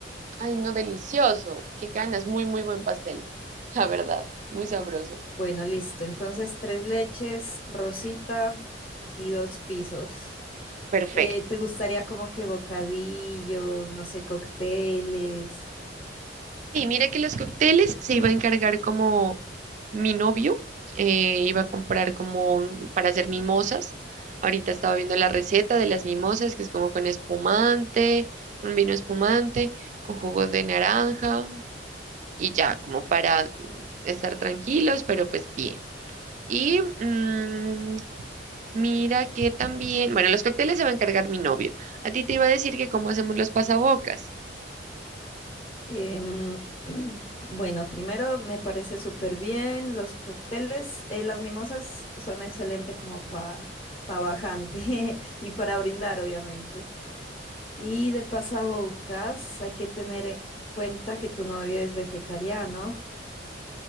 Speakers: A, on the right; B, on the left.
A: Ay, no, delicioso. Qué ganas. Muy, muy buen pastel. La verdad, muy sabroso.
B: Bueno, listo. Entonces, tres leches, rosita y dos pisos.
A: Perfecto.
B: Eh, ¿te gustaría como que bocadillos, no sé, cócteles?
A: Sí, mira que los cócteles se iba a encargar como mi novio, eh, iba a comprar como un- para hacer mimosas. Ahorita estaba viendo la receta de las mimosas, que es como con espumante, un vino espumante, con jugo de naranja y ya, como para estar tranquilos, pero pues bien. Y mm, Mira que también, bueno, los cócteles se va a encargar mi novio. A ti te iba a decir que cómo hacemos los pasabocas.
B: Em, <clears throat> bueno, primero me parece súper bien los cócteles. eh, las mimosas son excelentes como para bajante <laughs> y para brindar, obviamente. Y de pasabocas, hay que tener en cuenta que tu novio es vegetariano.